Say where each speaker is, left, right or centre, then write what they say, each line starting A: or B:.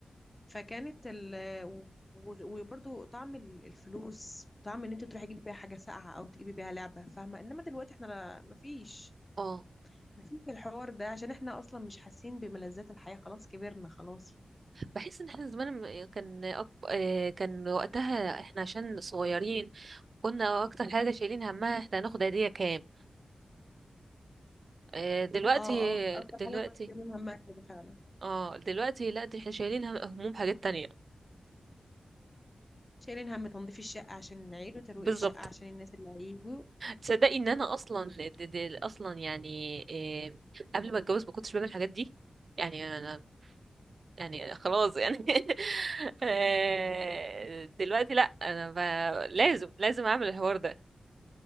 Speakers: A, on the left; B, on the right.
A: فكانت ال و- و- وبرضو طعم ال- الفلوس طعم ان انت تروحي تجيبي بيها حاجة ساقعة او تجيبي بيها لعبة فاهمة انما دلوقتي احنا لا- مفيش
B: اه
A: مفيش الحوار ده عشان احنا اصلا مش حاسين بملذات الحياة خلاص كبرنا خلاص
B: بحس ان احنا زمان لما كان أك... آه، كان وقتها احنا عشان صغيرين كنا اكتر حاجه شايلين همها احنا هناخد هديه كام آه، دلوقتي
A: اه اه اكتر
B: دلوقتي
A: حاجة كنت شايلين همها كده فعلا
B: اه دلوقتي لا دي احنا شايلين هم- هموم حاجات تانية
A: شايلين هم تنظيف الشقة عشان العيل وترويق
B: بالظبط
A: الشقة عشان الناس اللي هيجوا
B: تصدقي ان انا اصلا دي دي اصلا يعني آه، قبل ما اتجوز ما كنتش بعمل الحاجات دي يعني انا يعني خلاص يعني <laughs> آه، دلوقتي لا انا ب... لازم لازم اعمل الحوار ده